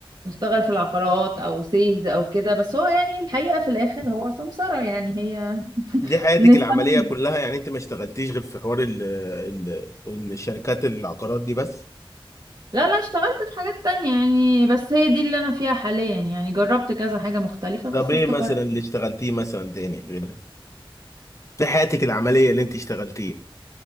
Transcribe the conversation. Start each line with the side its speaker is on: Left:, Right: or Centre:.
Right: اشتغل في العقارات او سيلز او كده بس هو يعني الحقيقة في الاخر هو سمسرة يعني هي
Left: دي حياتك
Right: نسمي
Left: العملية كلها يعني انت ما اشتغلتيش غير في حوار ال ال الشركات العقارات دي بس
Right: لا لا اشتغلت في حاجات تانية يعني بس هي دي اللي انا فيها حاليا يعني جربت كذا حاجة مختلفة بس
Left: طب ايه
Right: استقرت
Left: مثلا اللي اشتغلتيه مثلا تاني غيرها دي حياتك العملية اللي انت اشتغلتيه